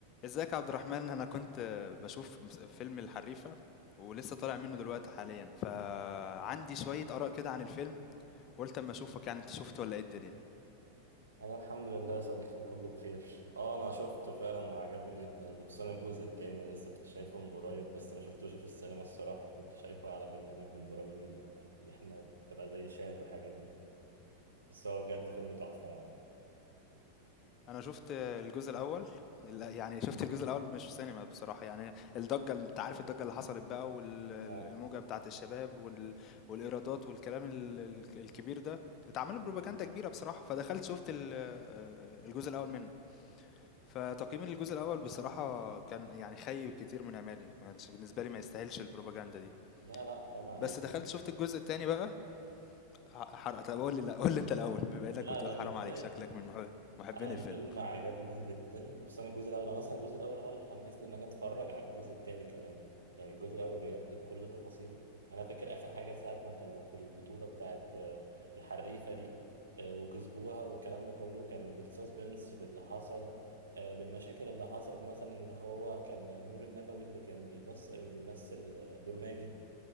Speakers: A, on the left (about 35°); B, on the right (about 75°).
A: ازيك يا عبد الرحمن انا كنت بشوف مس- فيلم الحريفة ولسه طالع منه دلوقتي حاليا فعندي شوية آراء كده عن الفيلم قلت اما اشوفك يعني انت شفت ولا ايه الدنيا
B: انا الحمد لله يا صديقي كله بخير اه انا شفته فعلا وعجبني جدا وخصوصا الجزء التاني انا لسه كنت شايفه من قريب بس ما شفتوش في السينما الصراحه كنت شايفه على برنامج من برامج ال- اللي احنا بتبقى زي شاهد والحاجات دي بس هو بجد فيلم تحفه يعني
A: انا شفت الجزء الاول ال- يعني شفت الجزء الاول مش في سينما بصراحة يعني الضجة ال- انت عارف الضجة اللي حصلت بقى والموجة
B: اه
A: بتاعت الشباب وال- والإيرادات والكلام ال- ال- الكبير ده اتعمل بروباجندا
B: أيوة.
A: كبيرة بصراحة فدخلت شفت ال- آه، الجزء الاول منه فتقييمي للجزء الأول بصراحة كان يعني خيب كتير من آمالي، ما كانش بالنسبة لي ما يستاهلش البروباجندا دي،
B: لا لا حرام عليك
A: بس دخلت شُفت الجزء التاني بقى، ح- حرق. طب قول لي، لا قول لي انت الاول، بما انك
B: لا
A: بتقول
B: لا
A: حرام
B: ازاي
A: عليك، شكلك من محب- محبين
B: انا الفيلم
A: الفيلم.
B: عجبني جدا وخصوصا الجزء الاول انا اصلا الجزء الاول هو اللي حمسني ان انا اتفرج على الجزء التاني كمان يعني الجزء الاول بجد بكل تفاصيله يعني انا فاكر اخر حاجه ساعه ما كانوا في البطوله بتاعت آه، الحريفه دي آه، وكسبوها والكلام ده كله كان بالسسبنس باللي حصل آه، بالمشاكل اللي حصلت مثلا ان هو كان نور النبوي اللي كان بيبص بيمثل آه، دور ماجد